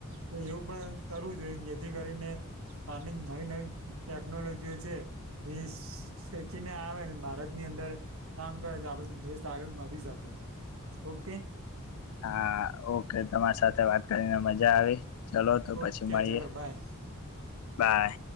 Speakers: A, on the right; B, on the left.
A: તો એવું પણ કરવું જોઈએ જેથી કરીને આની નવી નવી ટેકનોલોજીઓ છે દેશ શેખીને આવે ને ભારત ની અંદર કામ કરે તો આપને સાગર મા બાંધી શકે ઓકે
B: હા ઓકે તમારી સાથે વાત કરીને મજા આવી ચલો તો પછી
A: ઓકે
B: મળીએે
A: ચલો બાય
B: બાય